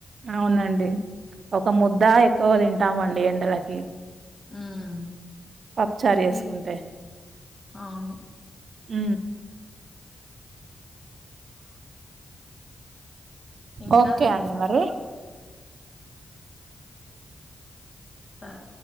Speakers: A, on the right; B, on the left.
A: అవునండి ఒక ముద్ద ఎక్కువ తింటామండి ఎండలకి
B: ఉమ్
A: పప్పుచార్ చేసుకుంటే
B: ఈ అవును
A: ఊ
B: ఇంకా
A: ఓకే అండి మరి
B: అ సరే